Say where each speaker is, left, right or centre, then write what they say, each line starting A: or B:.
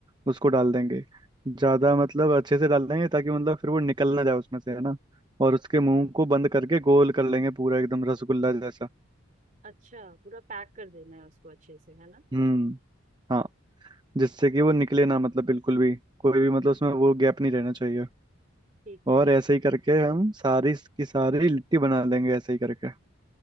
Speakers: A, on the right; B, on the right.
A: उसको डाल देंगे ज्यादा मतलब अच्छे से डाल देंगे ताकि मतलब फिर वो निकल ना जाए उसमें से है ना और उसके मुंह को बंद करके गोल कर लेंगे पूरा एकदम रसगुल्ला जैसा
B: अच्छा पूरा पैक कर देना है उसको अच्छे से है ना
A: हम्म हाँ जिससे कि वो निकले ना मतलब बिल्कुल भी कोई भी मतलब उसमें वो गैप नहीं रहना चाहिए
B: ठीक है
A: और ऐसे ही करके हम सारी की सारी लिट्टी बना लेंगे ऐसे ही करके